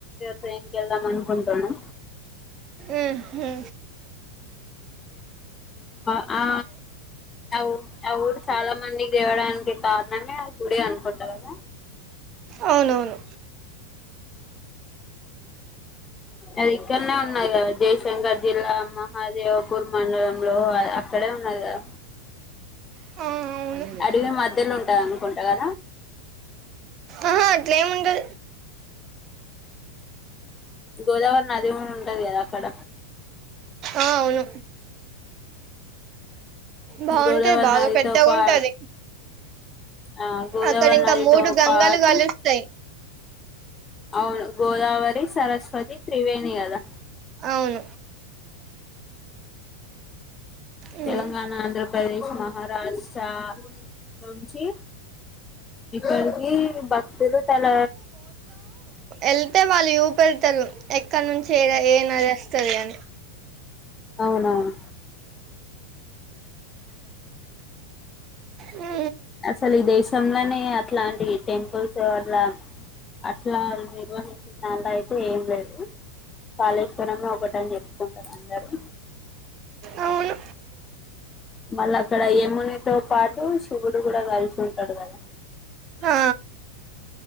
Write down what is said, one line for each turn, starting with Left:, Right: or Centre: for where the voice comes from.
Left: ట్రైన్ కి వెళ్దాం అనుకుంటానం
Right: ఉహు
Left: అ ఆ ఊ ఆ ఊరు చాలా మంది దేవడానికి కారణమే ఆవు గుడి అనుకుంట కదా
Right: అవునవును
Left: అది ఇక్కడనే ఉన్నాది కదా జయశంకర్ జిల్లా మహాదేవ్ పూర్ మండలంలో అక్కడే ఉన్నాది కదా
Right: ఆ అవును
Left: అడివి మధ్యలుంటయి అనుకుం కదా
Right: ఆహా అట్లేం ఉండదు
Left: గోదావరి నది ఉంటది కదా అక్కడ
Right: ఆ అవును బాగుంటది
Left: గోదావరి
Right: బాగా
Left: నదితో
Right: పెద్దగా
Left: పా
Right: ఉంటది
Left: ఆ గోదావరి
Right: అక్కడ ఇంకా
Left: నదితో
Right: మూడు గంగలు
Left: పాటు
Right: కలుస్తాయి
Left: అవును గోదావరి సరస్వతి త్రివేణి అ దా
Right: అవును ఉమ్.
Left: తెలంగాణ ఆంధ్రప్రదేశ్ మహారాష్ట నుంచి ఇక్కడికి భక్తులు తన
Right: ఎల్ వాళ్ళు చూపే పెడతారు ఎక్కడ నుంచి ఏ ఏ నది వస్తాది అని
Left: అవునవును
Right: హుహు
Left: అసలు ఈ దేశంంలోనే ఇట్లాంటి టెంపుల్స్ అట్లా అట్లా నిర్వహించిన అయితే ఏం లేదు కాళేశ్వరమే ఒకట అని చెప్పుకుంటారు అందరు
Right: అవును
Left: మళ్ళ అక్కడ ఏము తో పాటు శివుడు కూడా కాల్చి ఉంటాడు కాదా
Right: ఆ